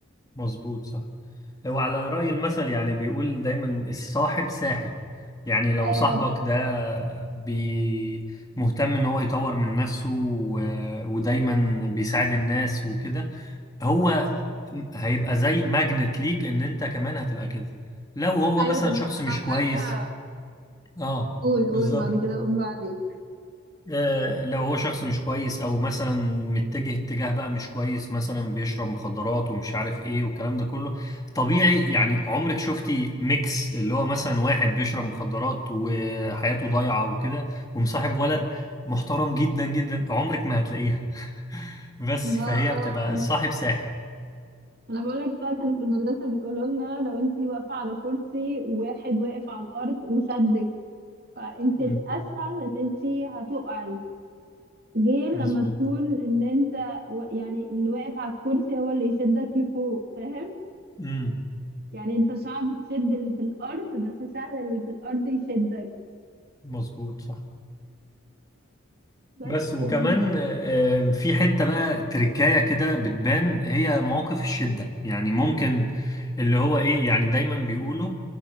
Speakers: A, on the left (about 20°); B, on the right (about 50°).
A: مظبوط صح هو على رأي المثل يعني بيقول دايما الصاحب ساحب يعني لو
B: أيوة
A: صاحبك ده بي مهتم ان هو يطور من نفسه و- ودايما بيساعد الناس وكده هو هيبقى زي ماجنت ليك ان انت كمان هتبقى كده لو هو
B: أيوة
A: مثلا
B: كنا
A: شخص
B: في المدرسة
A: مش كويس اه
B: قول
A: بالظبط
B: قول بعد كده قول بعدين
A: آه، لو هو شخص مش كويس او مثلا متجه اتجاه بقى مش كويس مثلا بيشرب مخدرات ومش عارف ايه والكلام ده كله طبيعي يعني عمرك شفتي ميكس اللي هو مثلا واحد بيشرب مخدرات وحياته ضايعة وكده ومصاحب ولد محترم جدا جدا عمرك ما هتلاقيها <laughs> بس
B: ما
A: فهي بتبقى
B: اه
A: الصاحب ساحب
B: أنا بقولك بقى كانوا في المدرسة بيقولوا لنا لو انتي واقفة على كرسي وواحد واقف على الأرض وشدك فانتي
A: مم.
B: الأسهل إن انتي هتقعي غير لما
A: مظبوط
B: تكون إن انت و- يعني اللي واقف على الكرسي هو اللي يشدك لفوق فاهم
A: امم
B: يعني انت صعب تشد اللي في الارض بس سهل اللي في الارض يشدك
A: مظبوط صح
B: بس
A: بس وكمان
B: يعني
A: آه، في حتة بقى تركاية كده بتبان هي مواقف الشدة يعني ممكن اللي هو ايه يعني دايما بيقولوا